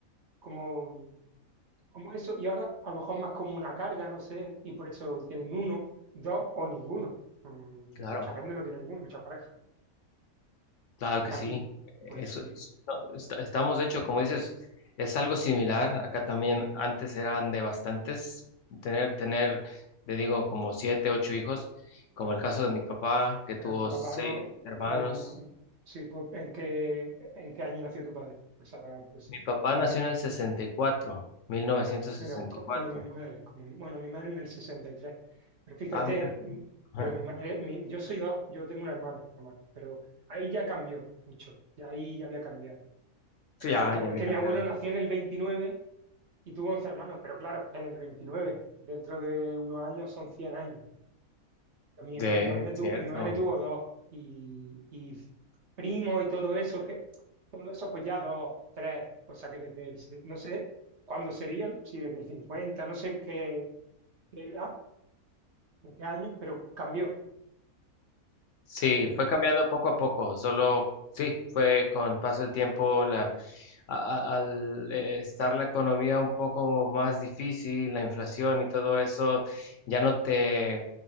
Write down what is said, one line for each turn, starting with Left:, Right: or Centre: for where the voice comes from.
Right: como como eso, y ahora a lo mejor más como una carga, no sé, y por eso tienen uno, dos o ninguno. Mm,
Left: claro.
Right: Mucha gente no tiene ninguno, muchas parejas.
Left: Claro que
Right: Aquí,
Left: sí.
Right: por
Left: Eso
Right: eso digo.
Left: es- no, esta- estamos, de hecho, como dices, es algo similar. Acá también antes eran de bastantes, tener, tener, te digo, como siete, ocho hijos, como
Right: claro.
Left: el caso de mi papá, que
Right: Pero
Left: tuvo
Right: tu papá
Left: seis
Right: no,
Left: hermanos.
Right: no, sí, pues, ¿en qué, en qué año nació tu padre? Pues a ver, pues, sí.
Left: Mi papá nació en el 64, 1964.
Right: Ah, mira, pues, co- como mi madre, como, mi- bueno, mi madre en el sesenta y tres Pero fíjate,
Left: Ah, mira. <laughs>
Right: mm,
Left: Ajá.
Right: pero mi madre, mi- yo soy dos, yo tengo una hermana, nomás, pero ahí ya cambió mucho, ya ahí ya había cambiado.
Left: Sí,
Right: Pero
Left: ya,
Right: pues, claro,
Left: ya había
Right: es que
Left: cambiado.
Right: mi abuelo nació en el 29 y tuvo 11 hermanos, pero claro, en el 29 dentro de unos años son 100 años. Pero mi,
Left: De
Right: mi madre, tu-
Left: cierto.
Right: mi madre tuvo dos y, y primo y todo eso, que, todo eso pues ya dos, tres, o sea que desde el, se- no sé cuándo sería, si desde el 50 no sé qué, qué edad, en qué año, pero cambió,
Left: Sí,
Right: cambió.
Left: fue cambiando poco a poco, solo sí, fue con paso del tiempo la, a- a- al eh, estar la economía un poco más difícil, la inflación y todo eso, ya no te